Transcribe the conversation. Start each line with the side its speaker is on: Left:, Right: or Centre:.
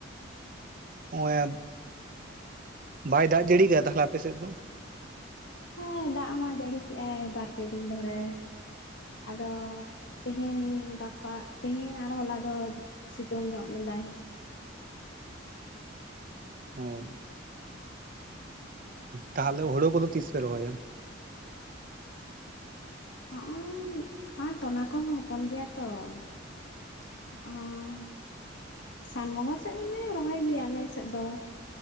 Right: ᱱᱚᱜᱼᱚᱭ ᱵᱟᱭ ᱫᱟᱜ ᱡᱟᱹᱲᱤ ᱠᱟᱫᱟ ᱛᱟᱞᱦᱮ ᱟᱯᱮᱥᱮᱫ ᱫᱚ?
Left: ᱦᱮᱸ ᱫᱟᱜ ᱢᱟ ᱡᱟᱹᱲᱤ ᱠᱮᱜᱼᱟᱭ ᱵᱟᱨᱯᱮ ᱫᱤᱱ ᱫᱷᱚᱨᱮ ᱟᱫᱚ ᱛᱤᱦᱤᱧ ᱜᱟᱯᱟ ᱛᱤᱦᱤᱧ ᱟᱨ ᱦᱚᱞᱟ ᱫᱚ ᱥᱤᱛᱩᱝ ᱧᱚᱜ ᱠᱮᱫᱟᱭ
Right: ᱦᱳᱭ ᱛᱟᱞᱦᱮ ᱦᱳᱲᱳ ᱠᱚᱫᱚ ᱛᱤᱥᱯᱮ ᱨᱚᱦᱚᱭᱟ?
Left: ᱦᱚᱜᱼᱚᱭ ᱟᱨ ᱛᱚᱞᱟ ᱠᱚᱦᱚᱸ ᱦᱚᱯᱚᱱ ᱜᱮᱭᱟ ᱛᱚ ᱚᱻ ᱥᱟᱱ ᱵᱚᱸᱜᱟ ᱥᱮᱫ ᱞᱮ ᱨᱚᱦᱚᱭ ᱜᱮᱭᱟ ᱟᱞᱮᱥᱮᱫ ᱫᱚ